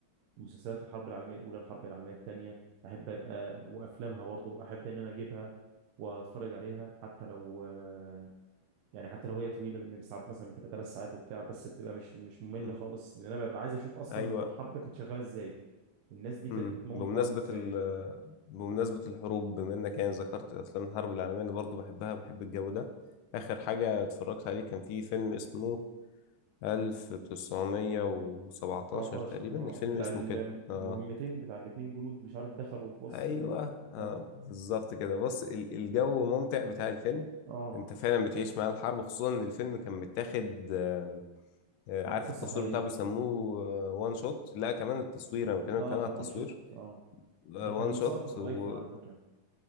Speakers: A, on the right; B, on the left.
A: مسلسلات الحرب العالمية الاولى والحرب العالمية الثانية احب آه وافلامها برضو احب ان انا اجيبها واتفرج عليها حتى لو آه يعني حتى لو هي طويلة لان ساعات مثلا بتبقى ثلاث ساعات وبتاع بس بتبقى مش مش مملة
B: مم.
A: خالص لان انا ببقى عايز اشوف اصلا
B: ايوه
A: هو الحرب كانت شغالة ازاي الناس دي كانت
B: امم
A: بتموت
B: بمناسبة
A: بعض ازاي
B: ال... بمناسبة الحروب بما انك يعني ذكرت افلام الحرب العالمية انا برضه بحبها بحب الجو ده اخر حاجة اتفرجت عليه كان في فيلم اسمه 1917
A: 17
B: تقريبا
A: اه
B: الفيلم
A: بتاع
B: اسمه
A: الم-
B: كده اه
A: المهمتين بتاع الاتنين جنود مش عارف دخلوا في وسط
B: ايوه
A: ال
B: آه
A: اه
B: بالظبط كده بص ال- الجو ممتع بتاع الفيلم
A: اه
B: انت فعلا بتعيش مع الحرب خصوصا ان الفيلم كان متاخد آه، آه، عارف
A: من قصة
B: التصوير
A: حقيقية
B: بتاعه بيسموه وان شوت لا كمان التصوير انا بتكلم
A: اه
B: كمان
A: كان
B: على التصوير
A: وان شوت اه ده كان
B: وان
A: متصور
B: شوت
A: بايفون
B: و...
A: على فكرة